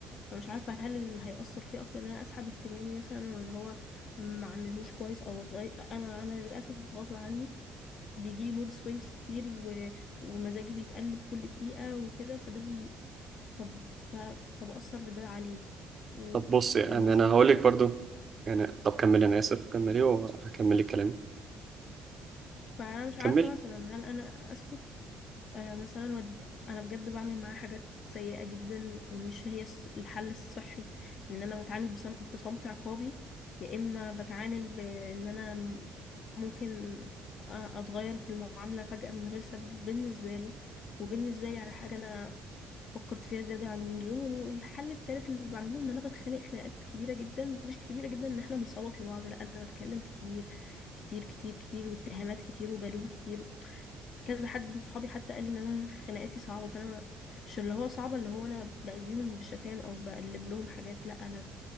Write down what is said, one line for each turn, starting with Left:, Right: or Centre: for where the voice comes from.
Left: فمش عارفه هل اللي هيأثر فيه اكتر ان انا اسحب اهتمامي مثلا ولا هو ما عملهوش كويس او غي... انا انا للاسف غصب عني بيجيلي مود سوينجز كتير و... ومزاجي بيتقلب كل دقيقة وكده فده بي... ف... ف... فبأثر بده عليه و...
Right: طب بص يعني
Left: ومثلا
Right: انا هقول لك برضو يعني طب كملي انا اسف كملي وهكمل لك كلامي
Left: فأنا مش
Right: كمل
Left: عارفة مثلا هل أنا أسكت آه مثلا ود... أنا بجد بعمل معاه حاجات سيئة جدا ومش هي الس- الحل الصحي لأن أنا بتعامل بصم... بصمت عقابي يا إما بتعامل بإن أنا م- ممكن أ- أتغير في المعاملة فجأة من غير سبب بالنسبة له وبالنسبة لي على حاجة أنا فكرت فيها زيادة عن اللزوم والحل التالت اللي بعمله ان انا بتخانق خناقات كبيرة جدا مش كبيرة جدا ان احنا بنصوت لبعض لا انا بتكلم كتير كتير كتير كتير واتهامات كتير وبلوم كتير كذا حد من صحابي حتى قال لي ان انا خناقاتي صعبة فانا ما- مش اللي هو صعبة اللي هو انا باذيهم بالشتايم او بقلب لهم حاجات لا انا